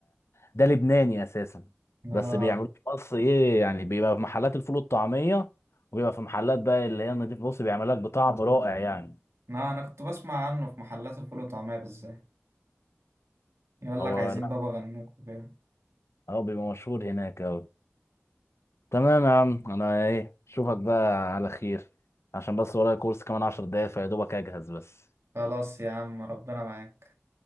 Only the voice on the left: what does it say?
ده لبناني اساسا
بس بيعملوه في مصر ايه يعني بيبقى في محلات الفول والطعميه وبيبقى في محلات بقى اللي هي النضيف بص بيعمل لك بطعم رائع يعني
هو
لا
هو بيبقى مشهور هناك اوي تمام يا عم انا ايه اشوفك بقى على خير عشان بس ورايا كورس كمان عشر دقايق فيا دوبك اجهز بس